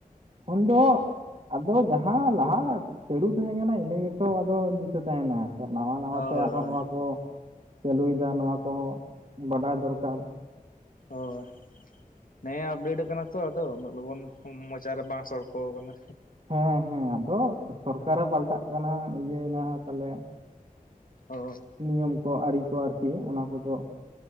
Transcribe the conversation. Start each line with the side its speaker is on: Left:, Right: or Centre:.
Right: ᱠᱷᱚᱱ-ᱫᱚᱜ ᱟᱫᱚ ᱡᱟᱦᱟᱸ ᱞᱟᱦᱟ ᱪᱟᱹᱞᱩ ᱛᱟᱦᱮᱸ ᱠᱟᱱᱟ ᱤᱱᱟᱹ ᱜᱮᱛᱚ ᱟᱫᱚ ᱫᱤᱥᱟᱹ ᱛᱟᱦᱮᱱᱟ ᱱᱟᱣᱟ ᱱᱟᱣᱟ
Left: ᱦᱳᱭ
Right: ᱛᱮ ᱟᱨᱦᱚᱸ
Left: ᱦᱳᱭ
Right: ᱱᱚᱣᱟ ᱠᱚ ᱪᱟᱹᱞᱩᱭᱮᱫᱟ ᱱᱚᱣᱟ ᱠᱚᱦᱚᱸ ᱵᱟᱰᱟᱭ ᱫᱚᱨᱠᱟᱨ
Left: ᱦᱳᱭ ᱦᱮᱸ ᱟᱯᱰᱮᱴ ᱟᱠᱟᱱᱟ ᱛᱚ ᱟᱫᱚ ᱩᱱᱟᱹᱜ ᱞᱚᱜᱚᱱ ᱢᱚᱪᱟ ᱨᱮ ᱵᱟᱝ ᱥᱚᱲᱠᱚᱣ ᱠᱟᱱᱟ
Right: ᱦᱮᱸ ᱦᱮᱸ ᱟᱫᱚ ᱥᱚᱨᱠᱟᱨᱮ ᱯᱟᱞᱴᱟᱜ ᱠᱟᱱᱟ ᱤᱭᱟᱹᱭᱱᱟ ᱛᱟᱞᱮ
Left: ᱚ <unintelligible>
Right: ᱱᱤᱭᱚᱢ ᱠᱚ ᱟᱹᱨᱤ ᱠᱚ ᱟᱨᱠᱤ ᱚᱱᱟ ᱠᱚᱫᱚ